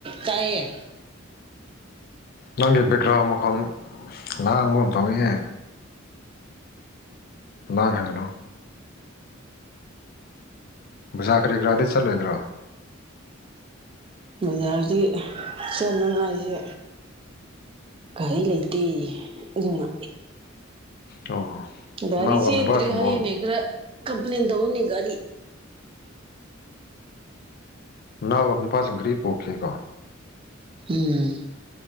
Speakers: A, on the right; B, on the left.
A: ꯀꯥꯏꯌꯦ
B: ꯅꯪꯒꯤ ꯕꯦꯛꯒ꯭ꯔꯥꯎꯟ ꯃꯈꯥꯗ ꯂꯥꯡꯕ ꯑꯃ ꯇꯥꯏꯌꯦ ꯂꯥꯡ ꯍꯥꯏꯪꯒ꯭ꯔꯣ ꯕꯨꯖꯥ ꯀꯔꯤ ꯀꯔꯥꯗꯩ ꯆꯠꯂꯣꯏꯗ꯭ꯔꯣ
A: ꯖꯔꯗꯤ ꯆꯠꯅꯉꯥꯏꯁꯦ ꯀꯔꯤ ꯂꯩꯇꯦ ꯑꯗꯨꯅ
B: ꯑꯣ
A: ꯒꯥꯔꯤ
B: ꯅꯅꯥꯎꯒ
A: ꯆꯟ꯭ꯔꯦ
B: ꯅꯨꯄꯥꯁꯤꯡ
A: ꯍꯥꯏꯌꯦꯅꯦ
B: ꯒꯣꯜ
A: ꯈ꯭ꯔ ꯀꯝꯄ꯭ꯂꯦꯟ ꯇꯧꯅꯤ ꯒꯥꯔꯤ
B: ꯅꯍꯎꯔ ꯅꯨꯄꯥꯁꯤꯡ ꯔꯤ ꯄꯣꯛꯈꯤꯦꯀꯣ
A: ꯎꯝ